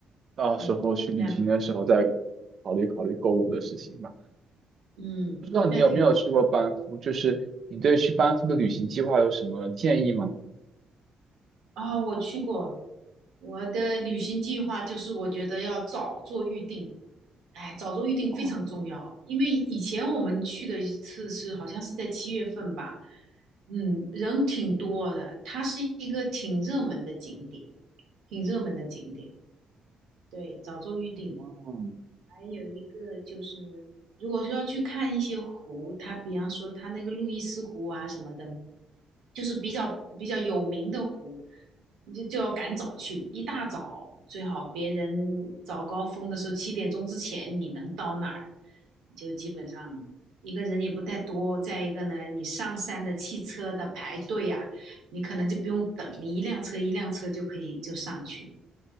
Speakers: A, on the right; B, on the right.
A: 到时候去旅行的时候再
B: 嗯，但
A: 考虑考虑购物的事情吧。
B: 嗯，
A: 不知道你有没有去过班夫？
B: 那挺好。
A: 就是你对去班夫的旅行计划有什么建议吗？
B: 哦，我去过，我的旅行计划就是我觉得要早做预定，哎，早做预定非常重要，
A: 哦，
B: 因为以前我们去的一次是好像是在七月份吧，嗯，人挺多的，它是一个挺热门的景点，挺热门的景点，对，早做预定。
A: 哦，
B: 还有一个就是，如果说要去看一些湖，它比方说它那个路易斯湖啊什么的，就是比较比较有名的湖，你就就要赶早去，一大早最好别人早高峰的时候七点钟之前你能到哪儿，就基本上一个人也不太多。再一个呢，你上山的汽车的排队呀、你可能就不用等，你一辆车一辆车就可以就上去。